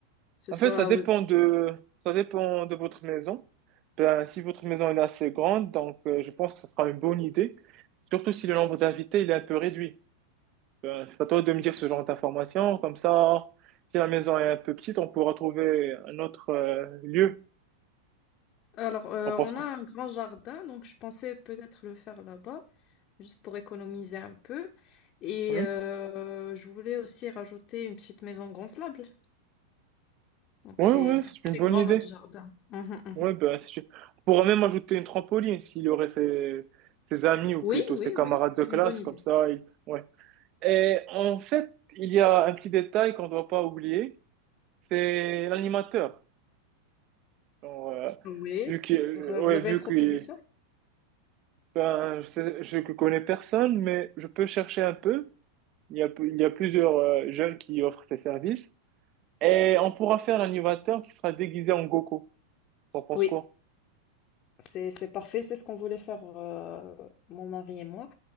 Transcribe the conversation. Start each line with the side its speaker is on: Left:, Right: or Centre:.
Left: Ce
Right: En
Left: soit
Right: fait, ça dépend
Left: au-
Right: de, ça dépend de votre maison. Ben, si votre maison elle est assez grande, donc euh, je pense que ce sera une bonne idée. Surtout si le nombre d'invités il est un peu réduit. Ben, c'est à toi de me dire ce genre d'informations. Comme ça, si la maison est un peu petite, on pourra trouver un autre euh, lieu.
Left: Alors euh,
Right: On pense
Left: on
Right: quoi?
Left: a un grand jardin donc je pensais peut-être le faire là-bas juste pour économiser un peu et
Right: Oui,
Left: euh, je voulais aussi rajouter une petite maison gonflable. Donc
Right: oui,
Left: c'est
Right: oui,
Left: c'est
Right: c'est une
Left: assez
Right: bonne
Left: grand
Right: idée.
Left: notre jardin. Mhm, mhm.
Right: Ouais, ben, si tu... on pourrait même ajouter une trampoline s'il y aurait ses... ses amis ou
Left: Oui,
Right: plutôt
Left: oui,
Right: ses camarades
Left: oui, c'est
Right: de classe,
Left: une bonne idée.
Right: comme ça. il- Ouais. Et en fait, il y a un petit détail qu'on ne doit pas oublier, c'est l'animateur. Genre, euh,
Left: Oui.
Right: vu que, euh,
Left: Alors, euh, vous
Right: ouais,
Left: avez
Right: vu
Left: une proposition?
Right: que ben, je sais- je ne connais personne, mais je peux chercher un peu. Il y a, il y a plusieurs euh, jeunes qui offrent ces services. Et on pourra faire l'animateur qui sera déguisé en Goku. T'en penses
Left: Oui.
Right: quoi?
Left: C'est, c'est parfait, c'est ce qu'on voulait faire, euh, mon mari et moi.